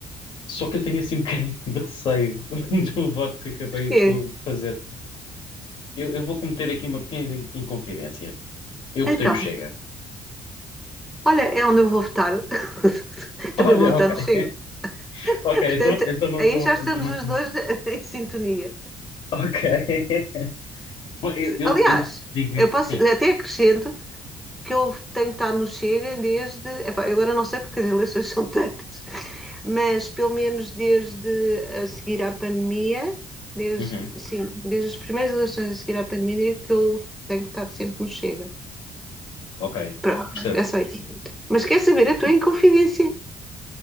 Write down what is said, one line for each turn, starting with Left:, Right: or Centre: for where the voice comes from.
Left: Só que eu tenho assim um <laughs> bocadinho de receio <laughs> do voto que acabei
Centre: porquê?
Left: po- de fazer. Eu, eu vou cometer aqui uma pequena in- inconfidência. Eu
Centre: Então,
Left: votei no Chega.
Centre: olha, é onde eu vou votar. <laughs>
Left: Olha,
Centre: Também vou votar
Left: ok. <laughs>
Centre: no Chega.
Left: Ok,
Centre: Portanto,
Left: então, então não
Centre: aí
Left: estou
Centre: já estamos
Left: então não
Centre: os
Left: estou muito
Centre: dois
Left: mal.
Centre: <laughs> em sintonia.
Left: Ok. <laughs> Pô, Eu, eu,
Centre: Aliás,
Left: eu digo isto,
Centre: eu posso,
Left: sim.
Centre: até acrescento que eu tenho votado no Chega desde. Epá, eu agora não sei porque as eleições são tantas, mas pelo menos desde a seguir à pandemia, desde,
Left: Uhum,
Centre: sim, desde as primeiras eleições a seguir à pandemia, é que eu tenho estado sempre no Chega.
Left: ok.
Centre: Pronto,
Left: Percebo.
Centre: é só isso. Mas quer saber, eu estou em confidência.